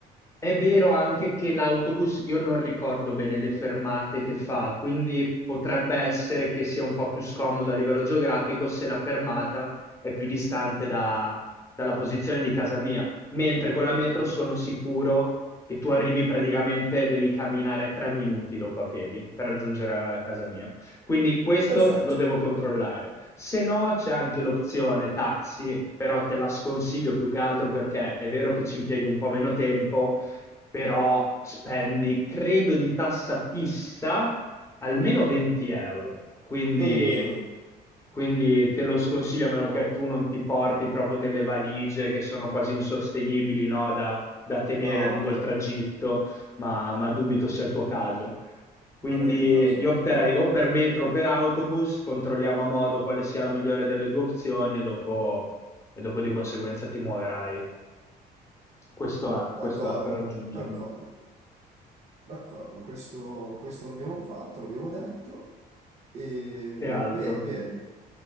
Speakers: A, on the left; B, on the right.
A: È vero anche che l'autobus, io non ricordo bene le fermate che fa, quindi potrebbe essere che sia un po' più scomodo a livello geografico se la fermata è più distante da- dalla posizione di casa mia, mentre con la metro sono sicuro che tu arrivi praticamente, devi camminare tre minuti dopo a piedi per raggiungere la casa mia. Quindi questo
B: Perfetto.
A: lo devo controllare. Se no, c'è anche l'opzione taxi, però te la sconsiglio più che altro perché è vero che ci impieghi un po' meno tempo, però spendi, credo, di tassa fissa almeno 20 euro. Quindi,
B: Eh,
A: quindi te lo sconsiglio a meno che tu non ti porti proprio delle valigie che sono quasi insostenibili, no? da tenere
B: no,
A: lungo
B: no,
A: il tragitto, ma, ma dubito sia il tuo caso. Quindi
B: non è il mio caso,
A: io
B: no.
A: opterei o per metro o per autobus, controlliamo a modo quale sia la migliore delle due opzioni e dopo, e dopo di conseguenza ti muoverai. Questo è, questo
B: D'accordo,
A: è per raggiungermi.
B: d'accordo, d'accordo. Questo, questo l'abbiamo fatto, l'abbiamo detto. E,
A: Che altro?
B: bene, bene.